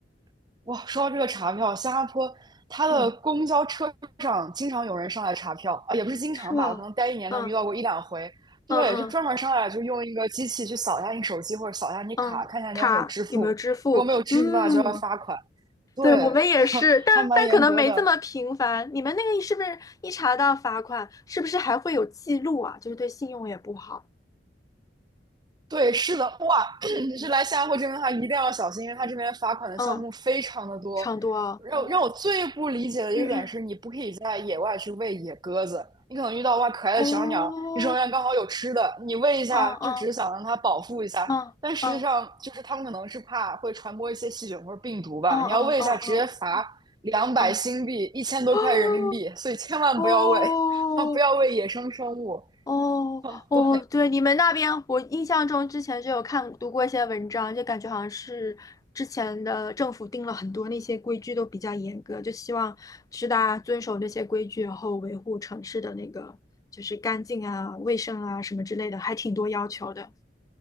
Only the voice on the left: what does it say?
嗯，
是吧？
嗯
嗯嗯。
嗯，
卡有没有支付？
嗯，
对，我们也是，但但可能没这么频繁。
你们那个是不是一查到罚款，是不是还会有记录啊？就是对信用也不好。
嗯，
嗯，差不多啊。
哦，嗯嗯，
哦，
哦哦
哦哦哦
哦哦哦
哦
哦
哦，
哦哦，
对，你们那边，我印象中之前就有看读过一些文章，就感觉好像是之前的政府定了很多那些规矩都比较严格，就希望是大家遵守这些规矩，然后维护城市的那个就是干净啊、卫生啊什么之类的，还挺多要求的。